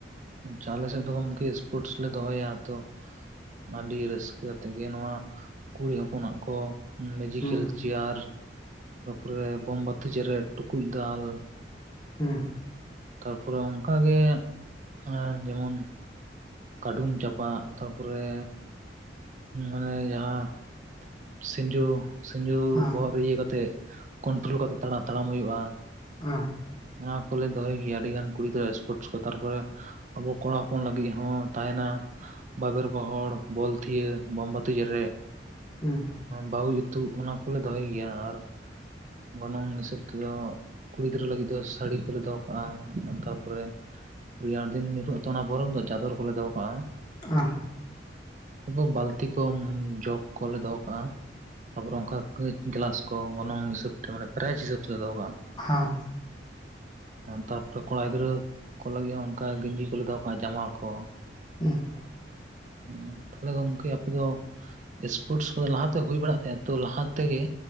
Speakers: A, on the right; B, on the left.
A: ᱟᱪᱪᱷᱟ ᱟᱞᱮ ᱥᱮᱫ ᱫᱚ ᱜᱚᱢᱠᱮ ᱥᱯᱳᱨᱴᱥ ᱞᱮ ᱫᱚᱦᱚᱭᱟ ᱛᱚ ᱟᱹᱰᱤ ᱨᱟᱹᱥᱠᱟᱹ ᱛᱮᱜᱮ ᱱᱚᱣᱟ ᱠᱩᱲᱤ ᱦᱚᱯᱚᱱᱟᱜ ᱠᱚ ᱢᱮᱡᱤᱠᱮᱞ
B: ᱦᱩᱸ
A: ᱪᱮᱭᱟᱨ ᱛᱟᱯᱚᱨᱮ ᱵᱳᱢᱵᱟᱛᱤ ᱪᱮᱮᱨᱡ, ᱴᱩᱠᱩᱡ ᱫᱟᱞ
B: ᱦᱩᱸ᱾
A: ᱛᱟᱨᱯᱚᱨᱮ ᱚᱱᱠᱟᱜᱮ ᱟ ᱡᱮᱢᱚᱱ ᱠᱟᱹᱰᱷᱩᱢ ᱪᱟᱯᱟᱜ ᱛᱟᱨᱯᱚᱨᱮ ᱚᱱᱮ ᱡᱟᱦᱟᱸ ᱥᱤᱸᱡᱩ ᱥᱤᱸᱡᱩ
B: ᱦᱮᱸ
A: ᱵᱚᱦᱚᱜ ᱨᱮ ᱤᱭᱟᱹ ᱠᱟᱛᱮᱜ ᱠᱚᱱᱴᱨᱳᱞ ᱠᱟᱛᱮ ᱛᱟᱲᱟ-ᱛᱟᱲᱟᱢ ᱦᱩᱭᱩᱜᱼᱟ᱾
B: ᱚ᱾
A: ᱚᱱᱟ ᱠᱚᱞᱮ ᱫᱚᱦᱚᱭ ᱜᱮᱭᱟ ᱟᱹᱰᱤ ᱜᱟᱱ ᱠᱩᱲᱤᱜᱤᱫᱽᱨᱟᱹ ᱮᱥᱯᱳᱨᱴᱥ ᱠᱚ ᱛᱟᱨᱯᱚᱨᱮ ᱟᱵᱚ ᱠᱚᱲᱟ ᱦᱚᱯᱚᱱ ᱞᱟᱹᱜᱤᱫ ᱦᱚᱸ ᱛᱟᱦᱮᱸᱱᱟ᱾ ᱵᱟᱵᱮᱨ ᱜᱚᱦᱚᱲ, ᱵᱚᱞᱛᱷᱤᱭᱟᱹ, ᱵᱳᱢᱵᱟᱹᱛᱤ ᱡᱮᱨᱮᱫ᱾
B: ᱦᱮᱸ᱾
A: ᱵᱟᱹᱦᱩ ᱤᱛᱩ ᱚᱱᱟ ᱠᱚᱞᱮ ᱫᱚᱦᱚᱭ ᱜᱮᱭᱟ ᱟᱨ ᱜᱚᱱᱚᱝ ᱦᱤᱥᱟᱹᱵ ᱛᱮᱫᱚ ᱠᱩᱲᱤ ᱜᱤᱫᱽᱨᱟᱹ ᱞᱟᱹᱜᱤᱫ ᱫᱚ ᱥᱟᱹᱲᱤ ᱠᱚᱞᱮ ᱫᱚᱦᱚ ᱠᱟᱜᱼᱟ, ᱛᱟᱨᱯᱚᱨᱮ ᱨᱮᱭᱟᱲ ᱫᱤᱱ ᱧᱩᱨᱦᱩᱜ ᱟᱛᱚ ᱚᱱᱟ ᱯᱚᱨᱚᱵᱽ ᱫᱚ, ᱪᱟᱫᱚᱨ ᱠᱚᱞᱮ ᱫᱚᱦᱚ ᱠᱟᱜᱼᱟ᱾
B: ᱚᱸ᱾
A: ᱟᱵᱚ ᱵᱟᱹᱛᱤ ᱠᱚᱢ ᱡᱚᱜ ᱠᱚᱞᱮ ᱫᱚᱦᱚ ᱠᱟᱜᱼᱟ ᱛᱟᱯᱚᱨᱮ ᱚᱱᱠᱟ ᱠᱟᱹᱪ ᱜᱞᱟᱥ ᱠᱚ ᱜᱚᱱᱚᱝ ᱦᱤᱥᱟᱹᱵᱽ ᱛᱮ ᱢᱟᱱᱮ ᱯᱨᱟᱭᱤᱡ ᱦᱤᱥᱟᱹᱵ ᱛᱮᱞᱮ ᱫᱚᱦᱚ ᱠᱟᱜᱼᱟ᱾
B: ᱦᱟᱸ ᱾
A: ᱛᱟᱨᱯᱚᱨᱮ ᱠᱚᱲᱟ ᱜᱤᱫᱽᱨᱟᱹ ᱠᱚ ᱞᱟᱹᱜᱤᱫ ᱦᱚᱸ ᱚᱝᱠᱟ ᱜᱮᱧᱡᱤ ᱠᱚᱞᱮ ᱫᱚᱦᱚ ᱠᱟᱜᱼᱟ ᱡᱟᱢᱟ ᱠᱚ ᱾
B: ᱩᱸᱜ᱾
A: ᱦᱩᱸ᱾ ᱛᱟᱦᱚᱞᱮ ᱜᱚᱝᱠᱮ ᱟᱯᱮ ᱫᱚ ᱥᱯᱳᱨᱴᱥ ᱠᱚᱫᱚ ᱞᱟᱦᱟᱛᱮ ᱦᱩᱭ ᱵᱟᱲᱟᱜ ᱛᱟᱦᱮᱸᱜᱼᱟ ᱛᱚ ᱞᱟᱦᱟ ᱛᱮᱜᱮ